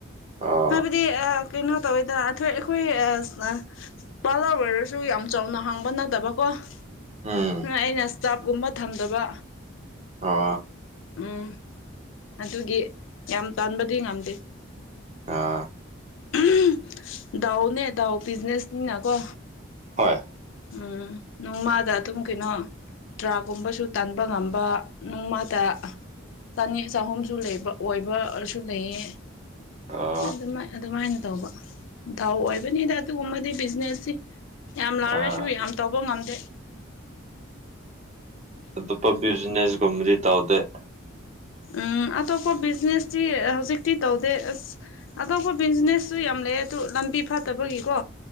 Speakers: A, on the right (about 35°); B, on the left (about 70°).
A: ꯑꯣ
B: ꯍꯥꯏꯕꯗꯤ ꯑꯥ ꯀꯩꯅꯣ ꯇꯧꯋꯤꯗꯥ ꯑꯊꯣꯏ ꯑꯈꯣꯏ ꯑꯁ ꯑꯥ ꯄꯥꯂꯔ ꯑꯣꯏꯔꯁꯨ ꯌꯥꯝ ꯆꯥꯎꯅ ꯍꯥꯡꯕ ꯅꯠꯇꯥꯕꯀꯣ ꯑꯗꯨꯅ
A: ꯎꯝ
B: ꯑꯩꯅ ꯁꯇꯥꯞ ꯀꯨꯝꯕ ꯊꯝꯗꯥꯕ
A: ꯑꯣ
B: ꯎꯝ ꯑꯗꯨꯒꯤ ꯌꯥꯝ ꯇꯥꯟꯕꯗꯤ ꯉꯝꯗꯦ
A: ꯑꯥ
B: ꯑꯍꯝ ꯗꯥꯎꯅꯦ ꯗꯥꯎ ꯕꯤꯖꯤꯅꯦꯁ ꯅꯤꯅꯥꯀꯣ
A: ꯍꯣꯏ
B: ꯎꯝ ꯅꯣꯡꯃꯥꯗ ꯑꯗꯨꯝ ꯀꯩꯅꯣ ꯇ꯭ꯔꯥꯒꯨꯝꯕꯁꯨ ꯇꯟꯕ ꯉꯝꯕꯥ ꯅꯣꯡꯃꯥꯗ ꯆꯅꯤ ꯆꯥꯍꯨꯝꯁꯨ ꯂꯩꯕ ꯑꯣꯏꯕꯁꯨ ꯂꯩꯌꯦ
A: ꯑꯥ
B: ꯑꯗꯨꯃꯥꯏ ꯑꯗꯨꯃꯥꯏꯅ ꯇꯧꯕ ꯗꯥꯎ ꯑꯣꯏꯕꯅꯤꯗ ꯑꯗꯨꯒꯨꯝꯕꯗꯤ ꯕꯤꯖꯤꯅꯦꯁꯇꯤ ꯌꯥꯝ ꯂꯥꯛꯔꯁꯨ
A: ꯑꯥ
B: ꯌꯥꯝ ꯇꯧꯕ ꯉꯝꯗꯦ
A: ꯑꯇꯣꯞ ꯕꯤꯖꯅꯦꯁ ꯒꯨꯝꯕꯗꯤ ꯇꯧꯗꯦ
B: ꯎꯝ ꯑꯇꯣꯞꯄ ꯕꯤꯖꯤꯅꯦꯁꯇꯤ ꯍꯧꯖꯤꯛꯇꯤ ꯇꯧꯗꯦ ꯑꯁ ꯑꯇꯣꯞꯄ ꯕꯤꯖꯤꯅꯦꯁꯁꯨ ꯌꯥꯝ ꯂꯩꯌꯦ ꯑꯗꯨ ꯂꯝꯕꯤ ꯐꯠꯇꯕꯒꯤꯀꯣ